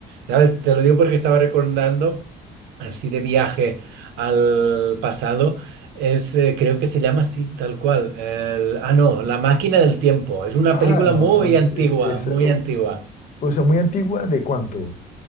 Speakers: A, on the right; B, on the left.
A: ¿sabes? Te lo digo porque estaba recordando, así de viaje al pasado, es, eh, creo que se llama así, tal cual. el- ah, no, La máquina del tiempo. Es una
B: Ah,
A: película
B: no,
A: muy
B: son,
A: antigua,
B: eh, es,
A: muy
B: eh, un-
A: antigua.
B: o sea, muy antigua, ¿de cuánto?